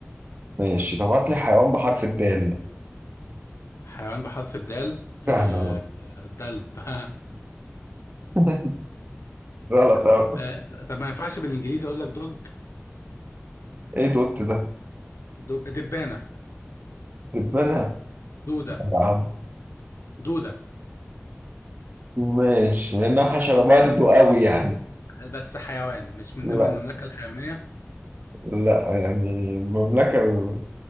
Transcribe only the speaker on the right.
ماشي طب هات لي حيوان بحرف الدال
فاهمة
<laughs> غلط أوي.
ايه دوت ده
دبانة
يا عم
ماشي لانها حشرة برضه قوي يعني
لا
لا يعني المملكة ال-